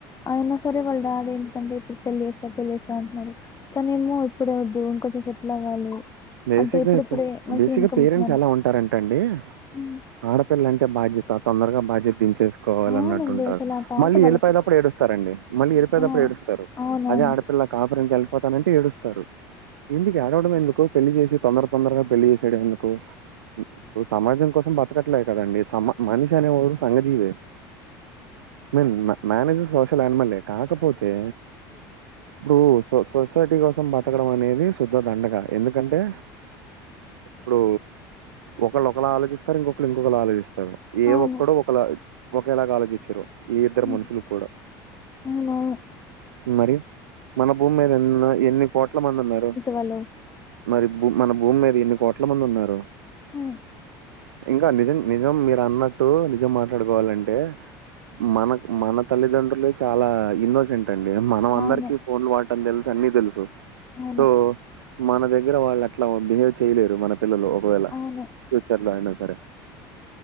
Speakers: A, on the left; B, on the right.
A: అయినా సరే వాళ్ డాడీ ఏంటంటే ఇప్పుడు పెళ్ళి చేస్తా పెళ్ళి చేస్తా అంటున్నారు తనేమో ఇప్పుడేవొద్దు ఇంకొంచె సెటిల్ అవ్వాలి
B: బేసిక్గా
A: అంటే ఇప్పుడిప్పుడే
B: ఇప్పుడు
A: మంచిగా
B: బేసిక్గా
A: ఇన్కమ్
B: పేరెంట్స్
A: వస్తుందని
B: ఎలా ఉంటారంటండి
A: హ్మ్.
B: ఆడపిల్లంటే బాధ్యత తొందరగా బాధ్యదించేస్ కోవాలన్నట్టు
A: అవునండి
B: ఉంటా
A: అసలు ఆ థాట్
B: మళ్ళీ
A: వాళ్ళకి
B: యెళ్ళిపోేటప్పు ఏడుస్తారండి మళ్ళీ యెళ్ళిపోయిటప్పు
A: ఆ
B: ఏడుస్తారు
A: అవునవును
B: అదే ఆడపిల్ల కాపురంకెళ్ళిపోతానంటే ఏడుస్తారు ఎందుక్ యాడవడం ఎందుక్ కు పెళ్లి చేసి తొందర తొందరగా పెళ్లి చేసేయడం ఎందుకు ఇప్పు సమాజం కోసం బత్ తకట్లే కదండి సమ మనిషనేవోడు సంఘజీవేమెన్న మేనేజ్ సోషల్ ఆనిమల్లే కాకపోతే
A: ఇ
B: ఇప్పుడు సొ సొసైటీ కోసం బతకడం అనేది శుద్ధ దండగ ఎందుకంటే ఇప్పుడు ఒకళ్ళోకళ్ళ ఆలోచిస్తారు ఇంకొకర్ ఇంకొకల్ ఆలోచిస్ సర ఏ
A: అవును
B: ఒక్కడు ఒకలా ఒకేలాగా ఆలోచించరు ఈ ఇద్దరు
A: హ్మ్.
B: మనుషులు కూడా
A: అవునవును
B: మరి మన భూమి మీద ఎన్నో ఎన్ని కోట్ల మంది ఉన్నారు.
A: వాళ్లు.
B: మరి భూ మన భూమి మీద ఎన్ని కోట్ల మంది ఉన్నారు.
A: హ.
B: ఇంకా నిజం నిజం మీరు అన్నట్టు నిజం మాట్లాడుకోవాలంటే. మన మన తల్లిదండ్రులే చాలా ఇన్నోసెంట్. అండే మనం అందరికి
A: అవును
B: ఫోన్లు వాడటం తెలుసు అన్ని తెలుసు
A: అవును
B: సో. మన దగ్గర వాళ్ళు అట్లా బిహేవ్ చేయలేరు మన పిల్లలు ఒకవేళ
A: అవును
B: ఫ్యూచర్ లో అయినా సరే.